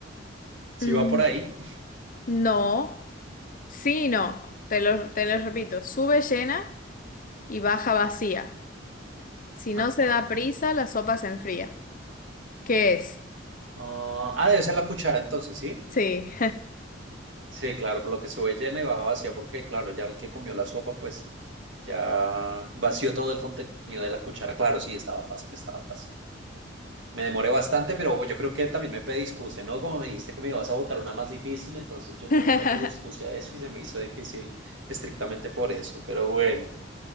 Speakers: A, on the right (about 75°); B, on the left (about 45°).
A: ¿Sí
B: Mm,
A: va por ahí?
B: No, sí, y no. Te lo, te lo repito, sube llena y baja vacía. Si
A: Ajá.
B: no se da prisa, la sopa se enfría. ¿Qué es?
A: Ah, ah, debe ser la cuchara entonces, ¿sí?
B: Sí.
A: Sí, claro, por lo que sube llena y baja vacía, porque claro, ya el que comió la sopa, pues ya vació todo el contenido de la cuchara. Claro, sí, estaba fácil, estaba fácil. Me demoré bastante, pero yo creo que también me predispuse, ¿no? Como me dijiste que me ibas a botar una más difícil, entonces yo
B: <laughs>
A: creo que me predispuse a eso y se me hizo difícil estrictamente por eso. Pero bueno,